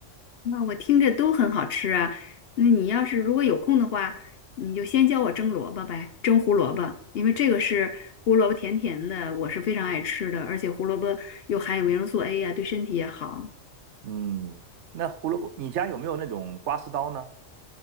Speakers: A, on the left; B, on the right.
A: 那我听着都很好吃啊。那你要是如果有空的话，你就先教我蒸萝卜呗，蒸胡萝卜，因为这个是胡萝卜甜甜的，我是非常爱吃的，而且胡萝卜又含有维生素 A 呀、对身体也好。
B: 嗯，那胡萝卜，你家有没有那种刮丝刀呢？